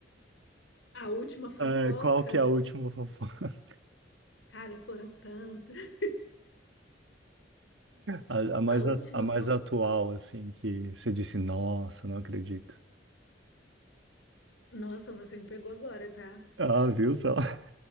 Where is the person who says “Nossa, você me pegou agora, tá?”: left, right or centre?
Left